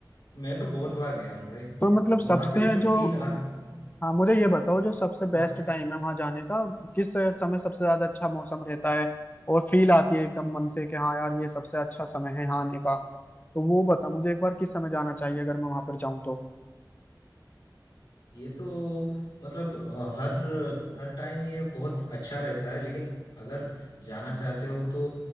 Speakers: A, on the left; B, on the left.
A: मैं तो बहुत बार गया हूँ भाई
B: तो मतलब सबसे
A: वहां पे जो
B: जो
A: फील आता
B: हाँ मुझे ये बताओ जो सबसे
A: वहां
B: बेस्ट
A: पे
B: टाइम
A: जो-
B: है वहां जाने का किस समय सबसे ज्यादा अच्छा मौसम रहता है और फील आती है एकदम मन से कि हाँ यार ये सबसे अच्छा समय है यहाँ आने का तो वो बता मुझे एक बार किस समय जाना चाहिए अगर मैं वहां पर जाऊँ तो
A: ये तो मतलब अ, हर हर टाइम ये बहुत अच्छा रहता है लेकिन अगर जाना चाहते हो तो